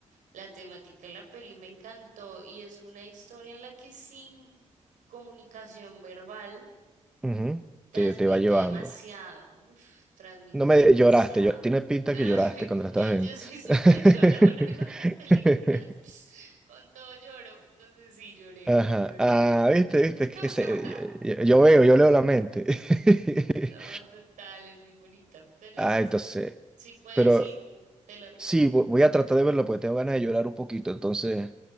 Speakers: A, on the right; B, in the centre.
A: la temática de la peli me encantó y es una historia en la que sí comunicación verbal
B: ujú,
A: transmite
B: Te, te va llevando.
A: demasiado, uf, transmitió
B: No me
A: demasiado.
B: lloraste, yo- tiene pinta
A: No, <laughs>
B: que lloraste cuando la
A: yo,
B: estabas viendo.
A: yo soy súper
B: <laughs>
A: llorona <laughs> con las películas, con todo lloro, entonces sí, lloré,
B: Ajá.
A: lloré,
B: Ah,
A: lloré.
B: viste,
A: <laughs>
B: viste, es que se- yo, yo- yo veo, yo leo la mente. <laughs>
A: No, total, es muy bonita, pero
B: Ah,
A: esa es-
B: entonces,
A: si puedes
B: pero
A: ir, te la recomiendo.
B: sí, vo- voy a tratar de verla porque tengo ganas de llorar un poquito, entonces